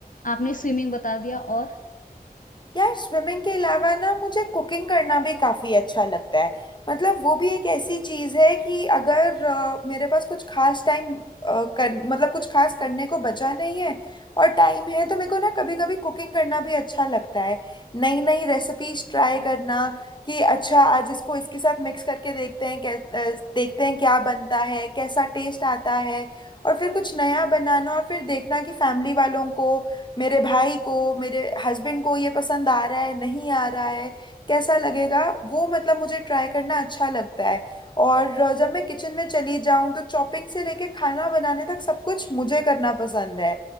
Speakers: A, on the left; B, on the left.
A: आपने स्विमिंग बता दिया और
B: यार स्विमिंग के अलावा ना मुझे कुकिंग करना भी काफ़ी अच्छा लगता है मतलब वो भी एक ऐसी चीज़ है कि अगर अ, मेरे पास कुछ खास टाइम कर मतलब कुछ खास करने को बचा नहीं है और टाइम है तो मेरे को ना कभी कभी कुकिंग करना भी अच्छा लगता है नई नई रेसिपीज ट्राई करना कि अच्छा आज इसको इसके साथ मिक्स करके देखते हैं कै अ, देखते हैं क्या बनता है कैसा टेस्ट आता है और फिर कुछ नया बनाना और फिर देखना कि फैमिली वालों को मेरे भाई को मेरे हस्बैंड को ये पसंद आ रहा है नहीं आ रहा है कैसा लगेगा वो मतलब मुझे ट्राई करना अच्छा लगता है और जब मैं किचन में चली जाऊं तो चॉपिंग से लेके खाना बनाने तक सब कुछ मुझे करना पसंद है